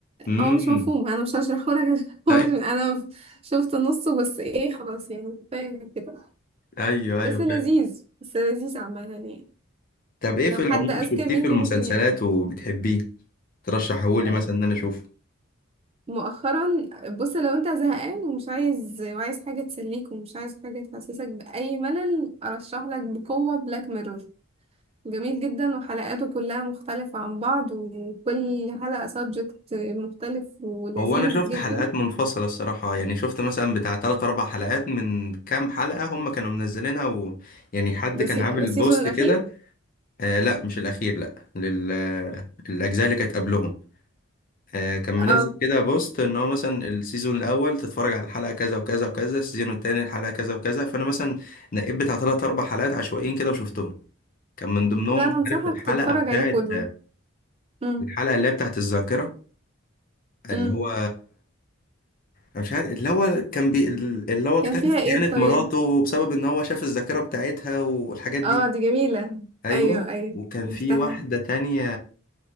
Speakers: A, on the left (about 40°); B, on the right (about 30°).
A: امم
B: هو مش مفهوم انا مش هشرحه لك <laughs> هو
A: أي-
B: مش انا شفت نصه بس ايه خلاص يعني فاهم كده
A: <laughs> ايوه
B: بس
A: ايوه
B: لذيذ
A: فاهم
B: بس لذيذ عامة يعني
A: طب ايه
B: لو
A: في العموم
B: حد أذكى
A: شفتيه
B: مني
A: في المسلسلات
B: ممكن يعجبه
A: وبتحبيه ترشحه لي
B: آه،
A: مثلا ان انا اشوفه
B: مؤخرا بص لو انت زهقان ومش عايز وعايز حاجة تسليك ومش عايز حاجة تحسسك بأي ملل أرشح لك بقوة بلاك ميرور جميل جدا وحلقاته كلها مختلفة عن بعض وكل حلقة سبجكت مختلف ولذيذ
A: هو انا شفت
B: جدا
A: حلقات منفصله الصراحه يعني شفت مثلا بتاع 3 4 حلقات من كام حلقه هم كانوا منزلينها و... يعني حد
B: ده
A: كان
B: سي...
A: عامل
B: السيزون
A: بوست
B: الأخير
A: كده آه لا مش الاخير لا لل... الاجزاء اللي كانت قبلهم آه، كان منزل
B: اه
A: كده بوست ان هو مثلا السيزون الاول تتفرج على الحلقه كذا وكذا وكذا السيزون التاني الحلقه كذا وكذا فانا مثلا نقيت بتاع ثلاث اربع حلقات عشوائيين كده وشفتهم كان من ضمنهم
B: لا
A: مش
B: أنا أنصحك
A: عارف الحلقه
B: تتفرج
A: بتاعت
B: عليه كله مم.
A: الحلقه اللي هي بتاعت الذاكره اللي
B: مم.
A: هو انا مش عارف اللي هو كان بي اللي هو
B: كان
A: اكتشف
B: فيها ايه
A: خيانه
B: طيب
A: مراته بسبب ان هو شاف الذاكره بتاعتها والحاجات دي
B: اه دي جميلة
A: ايوه
B: أيوه أيوه
A: وكان
B: عرفتها
A: في واحده تانية